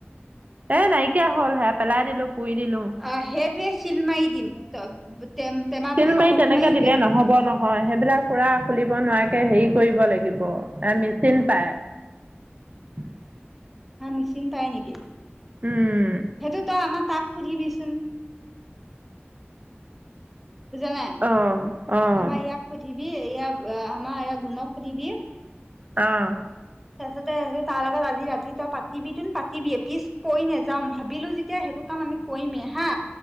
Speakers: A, on the right; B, in the centre.
A: এ, নাইকিয়া হ'ল সেয়া পেলাই দিলোঁ পুৰি দিলোঁ।
B: অহ, সেইটোৱে চিল মাৰি দিম। <unintelligible>
A: চিল
B: সাফৰটো
A: মাৰি তেনেকে দিলে
B: সেই
A: নহ'ব নহয়। হয়, সেইবিলাক পুৰা খুলিব নোৱাৰাকে হেৰি কৰিব লাগিব এ মেচিন পায়। <unintelligible>
B: হা, মিচিন পাই নেকি?
A: উম
B: সেইটো তই আমাক তাক সুধিবিচোন। বুজা নাই।
A: অঁ অঁ
B: আমাৰ ইয়াক সুধিবি ইয়াক আমাৰ ইয়াক গুণক সুধিবি।
A: অহ।
B: তাৰপিছতে সেইটো তাৰ লগত আজি ৰাতি তই পাতিবিতোন পাতিবিয়েই। পিছ পৰি নাযাওঁ ভাবিলোঁ যেতিয়া সেইটো কাম আমি কৰিমে হা।